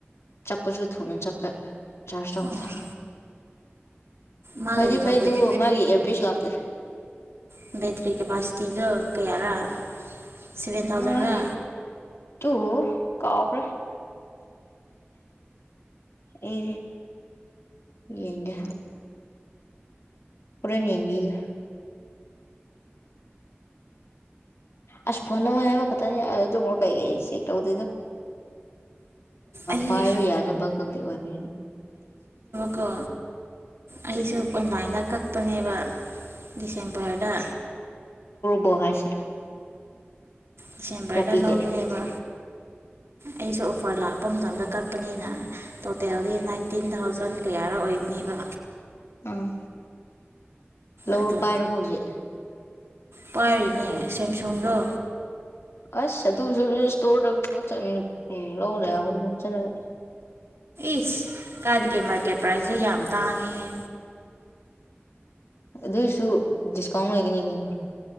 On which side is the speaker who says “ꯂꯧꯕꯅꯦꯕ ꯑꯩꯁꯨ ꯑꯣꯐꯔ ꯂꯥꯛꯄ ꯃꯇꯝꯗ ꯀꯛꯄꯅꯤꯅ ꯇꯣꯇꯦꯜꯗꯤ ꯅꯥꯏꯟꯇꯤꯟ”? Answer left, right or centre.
Right